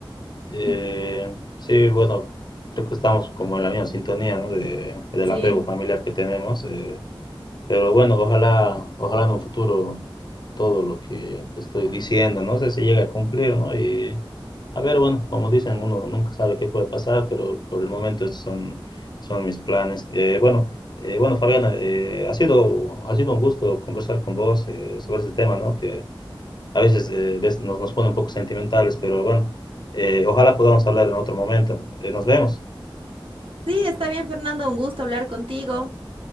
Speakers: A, on the left (about 50°); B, on the right (about 70°).
A: Eh,
B: <laughs>
A: sí, bueno, creo que estamos como en la misma sintonía, ¿no? De, del
B: Sí.
A: apego familiar que tenemos. eh, Pero bueno, ojalá, ojalá en un futuro todo lo que te estoy diciendo, no sé si llega a cumplir, ¿no? Y a ver, bueno, como dicen, uno nunca sabe qué puede pasar, pero por el momento estos son, son mis planes. Eh, bueno, eh, bueno, Fabiana, eh, ha sido, ha sido un gusto conversar con vos eh, sobre este tema, ¿no? Que a veces eh, des- nos, nos pone un poco sentimentales, pero bueno, eh, ojalá podamos hablar en otro momento. Eh, nos vemos.
B: Sí, está bien, Fernando, un gusto hablar contigo.